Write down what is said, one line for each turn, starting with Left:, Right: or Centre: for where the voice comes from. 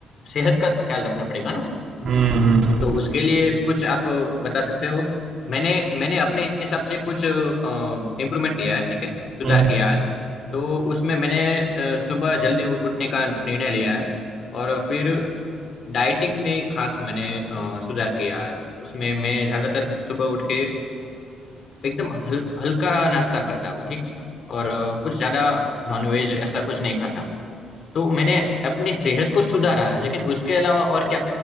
Left: सेहत का ख्याल रखना पड़ेगा ना
Right: हम्म, हम्म, हम्म,
Left: तो उसके लिए कुछ आप बता सकते हो मैंने मैंने अपने हिसाब से कुछ इम्प्रूवमेंट किया है ठीक है सुधार
Right: हम्म।
Left: किया है तो उसमें मैंने अ, सुबह जल्दी उ- उठने का निर्णय लिया है और फिर डाइटिंग में खास मैंने अ, सुधार किया है उसमें मैं ज़्यादातर सुबह उठ के एकदम हल, हल्का नाश्ता करता हूँ ठीक है और अ, कुछ ज़्यादा नॉनवेज ऐसा कुछ नहीं खाता तो मैंने अपनी सेहत को सुधारा है लेकिन उसके अलावा और क्या